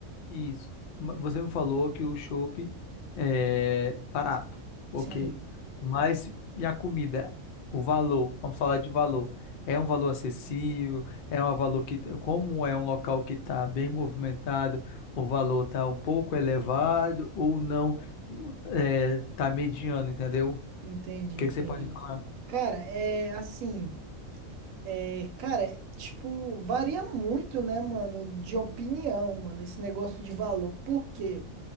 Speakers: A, on the left (about 65°); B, on the right (about 75°).
A: isso. Ma- Você me falou que o chopp é barato, ok.
B: Sim,
A: Mas e a comida? O valor, vamos falar de valor. É um valor acessível? É um valor que, como é um local que está bem movimentado, o valor está um pouco elevado ou não? Está mediano, entendeu?
B: entendi,
A: que
B: entendi.
A: que você pode me falar?
B: Cara, é assim, é, cara, tipo, varia muito, né, mano, de opinião, mano, esse negócio de valor. Por quê?